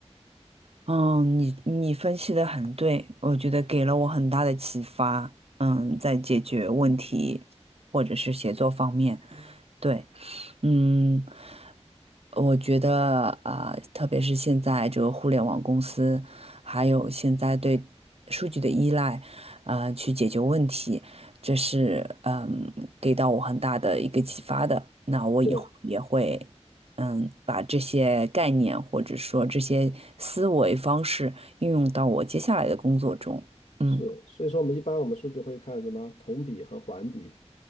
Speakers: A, on the right; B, on the left.
A: 嗯，你你分析的很对，我觉得给了我很大的启发。嗯，在解决问题或者是写作方面，对。嗯，我觉得啊、特别是现在这个互联网公司，还有现在对数据的依赖，啊、去解决问题，这是嗯给到我很大的一个启发的。那我以后也会嗯把这些概念或者说这些思维方式运用到我接下来的工作中。
B: 对。
A: 嗯
B: 是，所以说我们一般我们数据会看什么同比和环比。